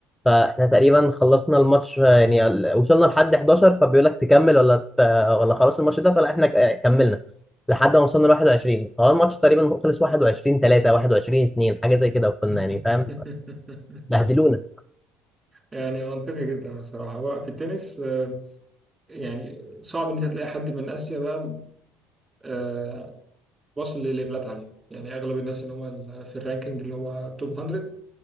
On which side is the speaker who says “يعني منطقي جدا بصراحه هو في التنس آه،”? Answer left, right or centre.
Right